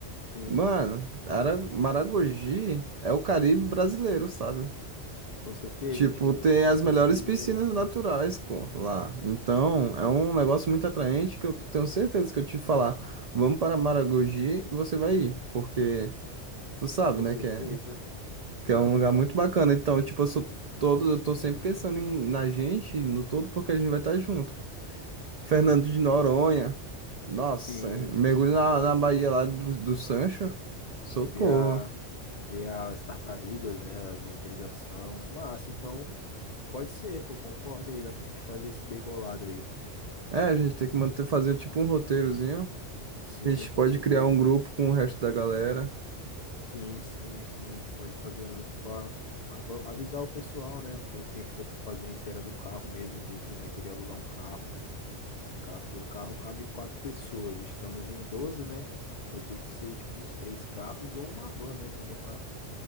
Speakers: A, on the left; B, on the right.
A: Sim,
B: Mano, Ara- Maragogi é o Caribe brasileiro, sabe?
A: com certeza,
B: Tipo,
A: eu tinha
B: tem
A: feito umas
B: as
A: pesquisas
B: melhores piscinas
A: assim,
B: naturais, pô, lá. Então, é um negócio muito atraente que eu tenho certeza que eu te falar, vamos para Maragogi, você vai ir, porque tu sabe,
A: com
B: né,
A: certeza.
B: que é, que
A: Não,
B: é um lugar
A: então,
B: muito
A: assim,
B: bacana. Então, tipo, eu sou todo, eu tô sempre pensando em, na gente, no todo, porque a gente vai estar junto. Fernando
A: hum,
B: de Noronha. Nossa,
A: sim,
B: mergulho
A: sim.
B: na, na Bahia lá do, do Sancho. Socorro.
A: Ver a, ver as tartarugas, né, a mentalização, é massa. Então, pode ser, pô, concordo aí, dá pra gente fazer esse bem bolado aí.
B: É, a gente tem que manter, fazer tipo um roteirozinho.
A: Sim,
B: A gente
A: com
B: pode
A: certeza.
B: criar um grupo com o resto da galera.
A: Sim, sim, sim. A gente pode fazer um grupo para avisar o pessoal, né? Se a gente for fazer a inteira do carro mesmo, ver quem vai querer alugar um carro, né? Ficar, porque o carro cabe em quatro pessoas. Estamos em doze né? Vai ter que ser tipo uns três carros ou uma van, né? Também para